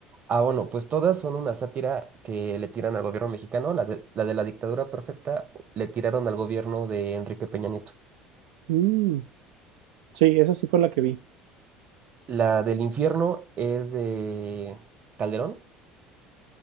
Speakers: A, on the right; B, on the right.
A: Ah, bueno, pues todas son una sátira que le tiran al gobierno mexicano. La de la, de la dictadura perfecta le tiraron al gobierno de Enrique Peña Nieto.
B: Mm, sí, esa sí fue la que vi.
A: La del infierno es de Calderón.